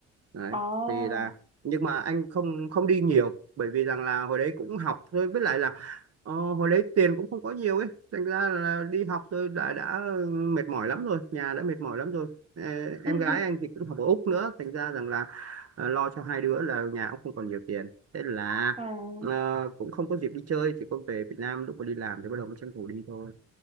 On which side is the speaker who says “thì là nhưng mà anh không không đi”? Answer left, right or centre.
Right